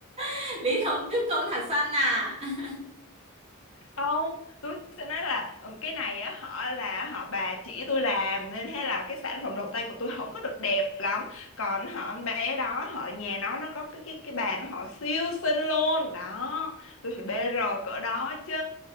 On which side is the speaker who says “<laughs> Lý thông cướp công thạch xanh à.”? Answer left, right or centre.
Right